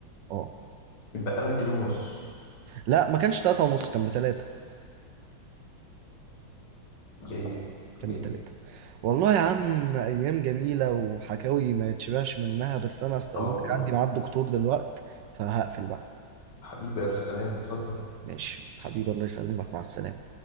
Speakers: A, on the right; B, on the left.
A: اه
B: يتبقى لك جنيه ونص
A: لا ما كانش 3 ونص كان بتلاتة
B: جايز
A: كان
B: جايز
A: بتلاتة والله يا عم ايام جميله وحكاوي ما يتشبعش منها بس انا استاذنك
B: اه والله
A: عندي ميعاد دكتور دلوقت فهقفل بقى
B: حبيبي ألف سلامة اتفضل
A: ماشي حبيبي الله يسلمك مع السلامه